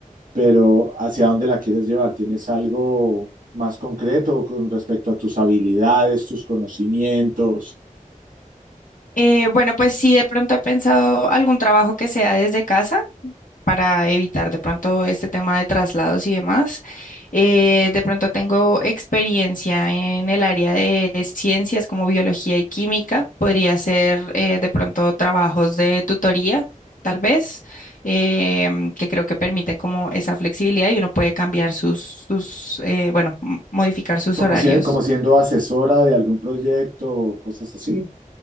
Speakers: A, on the right; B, on the left.
A: pero ¿hacia dónde la quieres llevar? ¿Tienes algo más concreto con respecto a tus habilidades, tus conocimientos?
B: Eh, bueno, pues sí, de pronto he pensado algún trabajo que sea desde casa, para evitar de pronto este tema de traslados y demás. Eh, de pronto tengo experiencia en el área de ciencias como biología y química. Podría ser eh, de pronto trabajos de tutoría, tal vez, em, que creo que permite como esa flexibilidad y uno puede cambiar sus, sus eh, bueno, m- modificar sus
A: Como,
B: horarios
A: si- como siendo asesora de algún proyecto o cosas así.